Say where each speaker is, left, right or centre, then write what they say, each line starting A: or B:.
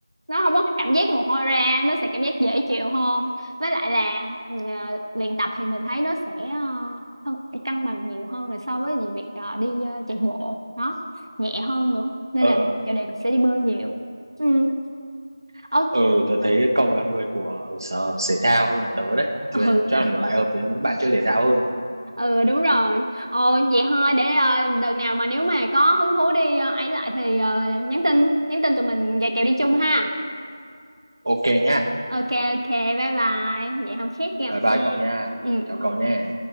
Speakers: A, on the right (about 80°); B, on the right (about 55°).
A: nó không có cái cảm giác mồ hôi ra nó sẽ cảm giác dễ chịu hơn với lại là ừ, à, luyện tập thì mình thấy nó sẽ ờ, cân cân bằng nhiều hơn là so với những việc ờ, đi ờ, chạy bộ nó nhẹ hơn nữa nên
B: ờ
A: là
B: ờ
A: giờ đây mình sẽ đi bơi nhiều ừ ok
B: ờ, tớ thấy cậu là người của sở thể thao hơn là tớ đấy cho
A: ừ
B: nên chắc là lại hợp với những bạn chơi thể thao hơn
A: ừ đúng rồi ờ vậy thôi để ờ, đợt nào mà nếu mà có hứng thú đi ờ, ấy lại thì ờ, nhắn tin nhắn tin tụi mình gà kèo đi chung ha
B: ok nha
A: ok ok bye bye vậy không khác gặp
B: bye bye
A: nha
B: cậu nha
A: ừ
B: chào
A: ừ
B: cậu nha